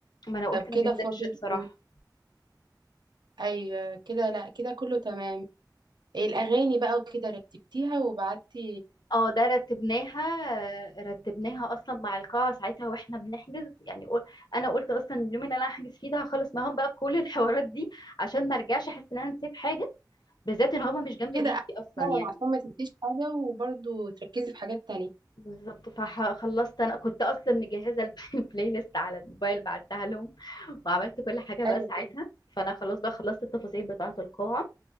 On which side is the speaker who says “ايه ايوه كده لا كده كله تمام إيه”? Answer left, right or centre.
Right